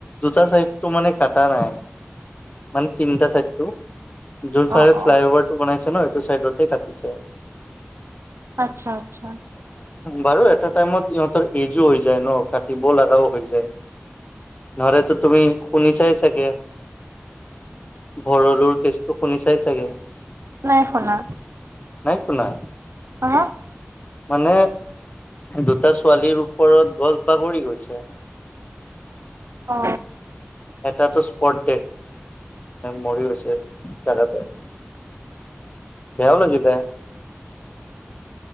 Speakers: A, on the left; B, on the right.
A: দুটা চাইডটো মানে কাটা নাই। মানে তিনিটা চাইড টো যোন
B: অ
A: ফালে
B: অ।
A: ফ্লাই অভাৰ টো বনাইছে ন? টো চাইডতে কাটিছে
B: আচ্ছা, আচ্ছা।
A: বাৰু এটা টাইমত ইহঁতৰ এজো হৈ যায় ন কাটিব লগাও হৈ যায়। নহলে তো তুমি খুনি চাই চাগে। ভৰলুৰ কেছটো শুনিচাই চাগে।
B: নাই শুনা।
A: নাই শুনা,
B: আহ
A: মানে দুটা ছোৱালীৰ ওপৰত গছ বাগৰি গৈছে
B: অ।
A: এটাটো স্পট ডেড মৰি গৈছে জেগাতে বেয়াও লাগিলে